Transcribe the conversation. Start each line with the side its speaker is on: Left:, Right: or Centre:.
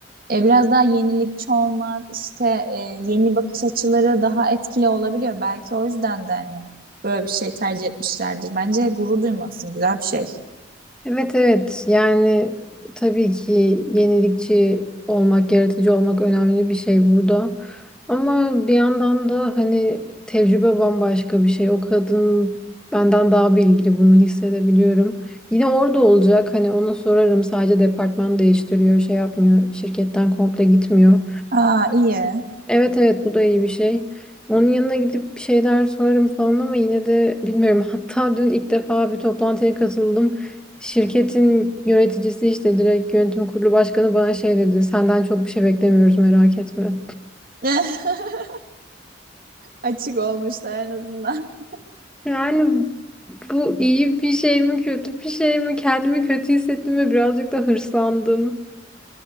Right: e, biraz daha yenilikçi olmak işte e, yeni bakış açıları daha etkili olabiliyor. Belki o yüzden de hani böyle bir şey tercih etmişlerdir. Bence gurur duymalısın güzel bir şey.
Centre: Evet evet yani tabii ki yenilikçi olmak, yaratıcı olmak önemli bir şey burada. Ama bir yandan da hani tecrübe bambaşka bir şey. O kadın benden daha bilgili bunu hissedebiliyorum. Yine orada olacak hani ona sorarım sadece departman değiştiriyor şey yapmıyor şirketten komple gitmiyor.
Right: Aa iyi.
Centre: Evet evet bu da iyi bir şey. Onun yanına gidip bir şeyler sorarım falan ama yine de bilmiyorum. <laughs> Hatta dün ilk defa bir toplantıya katıldım. Şirketin yöneticisi işte direkt yönetim kurulu başkanı bana şey dedi. Senden çok bir şey beklemiyoruz merak etme.
Right: <laughs> Açık olmuşlar en azından.
Centre: Yani bu iyi bir şey mi kötü bir şey mi? Kendimi kötü hissettim ve birazcık da hırslandım.